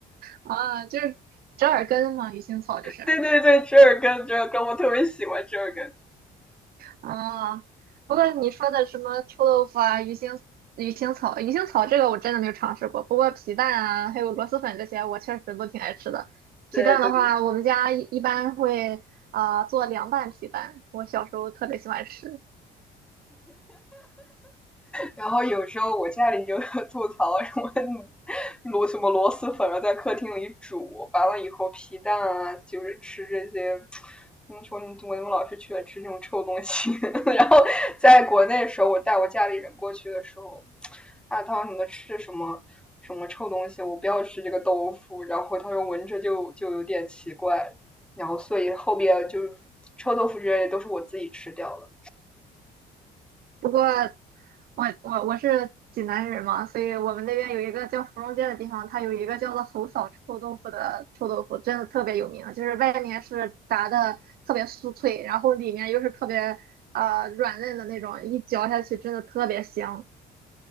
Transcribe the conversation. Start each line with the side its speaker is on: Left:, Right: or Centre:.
Right: 啊，就是折耳根嘛，鱼腥草就是。
Centre: 对对对，折耳根，折耳根，我特别喜欢折耳根。
Right: 啊，不过你说的什么臭豆腐啊、鱼腥鱼腥草、鱼腥草这个我真的没有尝试过，不过皮蛋啊，还有螺蛳粉这些，我确实都挺爱吃的。皮蛋的话，
Centre: 对对，
Right: 我们家一一般会啊、呃做凉拌皮蛋，我小时候特别喜欢吃。
Centre: 然后有时候我家里就吐槽什么螺什么螺蛳粉啊，在客厅里煮，完了以后皮蛋啊，就是吃这些。怎么说？我怎么老是去了吃这种臭东西？<laughs> 然后在国内的时候，我带我家里人过去的时候，啊，他说你们吃什么什么臭东西？我不要吃这个豆腐。然后他说闻着就就有点奇怪。然后所以后边就是臭豆腐之类的都是我自己吃掉了。
Right: 不过我我我是济南人嘛，所以我们那边有一个叫芙蓉街的地方，它有一个叫做侯嫂臭豆腐的臭豆腐，真的特别有名。就是外面是炸的特别酥脆，然后里面又是特别呃软嫩的那种，一嚼下去真的特别香。